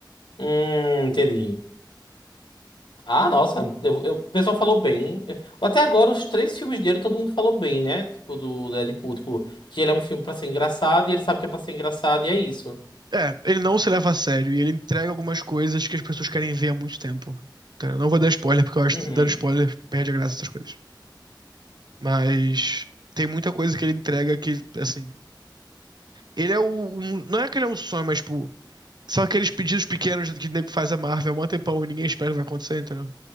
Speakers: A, on the left; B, on the right.
A: Hum, entendi. Ah, nossa, eu, eu- o pessoal falou bem. Até agora, os três filmes dele, todo mundo falou bem, né? Tipo, do Deadpool, tipo, que ele é um filme pra ser engraçado e ele sabe que é pra ser engraçado e é isso.
B: É, ele não se leva a sério e ele entrega algumas coisas que as pessoas querem ver há muito tempo. Entendeu? Não vou dar spoiler, porque eu acho
A: Uhum,
B: que dando spoiler perde a graça dessas coisas. Mas tem muita coisa que ele entrega que, assim. Ele é o. um- não é que ele é um sonho, mas, tipo. São aqueles pedidos pequenos que o nego faz a Marvel há mó tempão e ninguém espera que vai acontecer, entendeu?